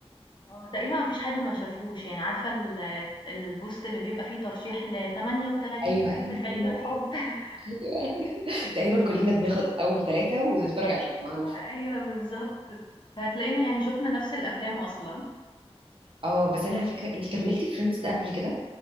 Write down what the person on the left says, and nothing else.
آه، تقريبًا ما فيش حد ما شافهوش، يعني عارفة ال البوست اللي بيبقى فيه ترشيح ل38
فيلم
في عيد
الحب
<laughs>
أيوه،
أيوه بالضبط. فهتلاقينا يعني شُفنا نفس الأفلام أصلًا.